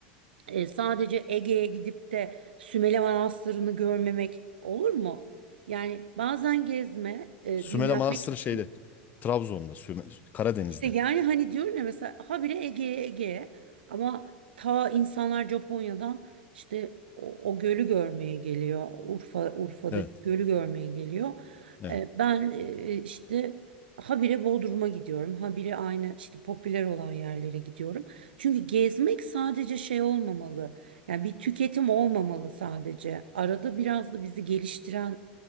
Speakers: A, on the right (about 85°); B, on the left (about 35°).
A: e, sadece Ege'ye gidip de Sümele Manastırı'nı görmemek olur mu? Yani bazen gezme, e,
B: Sümele
A: dinlenmek
B: Manastırı
A: için
B: şeyde. Trabzon'da. Süme- Karadeniz'de.
A: işte yani hani diyorum ya mesela habire Ege'ye Ege'ye ama ta insanlar Japonya'dan işte o, o gölü görmeye geliyor. Urfa Urfa'daki
B: Evet.
A: gölü görmeye geliyor.
B: Evet.
A: Ee, ben e, işte habire Bodrum'a gidiyorum. Habire aynı işte popüler olan yerlere gidiyorum. Çünkü gezmek sadece şey olmamalı. Yani bir tüketim olmamalı sadece. Arada biraz da bizi geliştiren